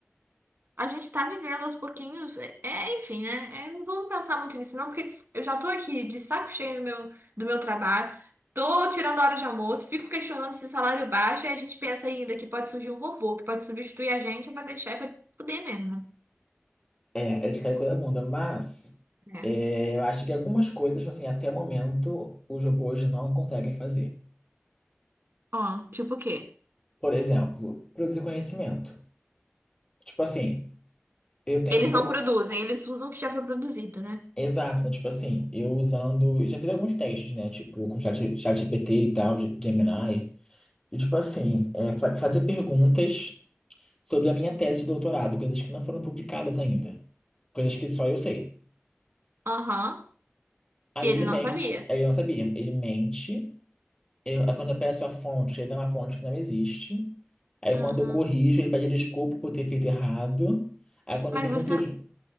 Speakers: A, on the right (about 65°); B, on the left (about 20°).
A: A gente tá vivendo aos pouquinhos. É, é, enfim, né? É, não vamos pensar muito nisso, não, porque eu já tô aqui de saco cheio do meu, do meu trabalho. Tô tirando hora de almoço, fico questionando se salário baixo, e a gente pensa ainda que pode surgir um robô que pode substituir a gente pra deixar pra poder mesmo, né?
B: é, é de cair coisa da bunda, mas
A: É.
B: é, eu acho que algumas coisas, tipo assim, até o momento, os robôs não conseguem fazer.
A: Ó, tipo o quê?
B: Por exemplo, produzir conhecimento. Tipo assim, eu tenho
A: Eles
B: por
A: não produzem, eles usam o que já foi produzido, né?
B: Exato, então, tipo assim, eu usando. Já fiz alguns testes, né? Tipo, com chat, chat GPT e tal, Ge- Gemini. E, tipo assim, é, fa- fazer perguntas sobre a minha tese de doutorado, coisas que não foram publicadas ainda. Coisas que só eu sei.
A: Aham.
B: Aí
A: E ele
B: ele mente,
A: não sabia.
B: aí ele não sabia. Ele mente. Eu, aí quando eu peço a fonte, ele dá uma fonte que não existe. Aí
A: Aham.
B: quando eu corrijo, ele pede desculpa por ter feito errado. Aí quando
A: Mas
B: eu pergunto,
A: você
B: eu di-